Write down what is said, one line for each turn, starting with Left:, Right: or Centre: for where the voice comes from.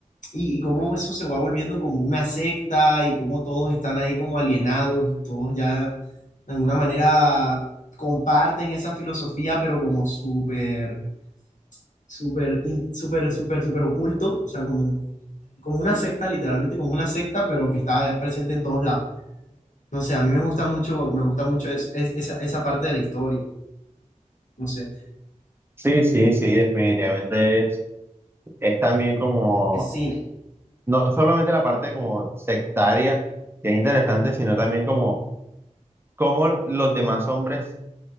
Left: y, y cómo eso se va volviendo como una secta y cómo todos están ahí como alienados y todos ya de alguna manera comparten esa filosofía, pero como súper, súper, in- súper, súper, súper oculto, o sea, como, como una secta, literalmente como una secta, pero que está presente en todos lados. No sé, a mí me gusta mucho, me gusta mucho es- es- esa, esa parte de la historia, no sé,
Right: Sí, sí, sí, definitivamente es, es también como,
Left: el cine.
Right: no solamente la parte como sectaria, que es interesante, sino también como cómo los demás hombres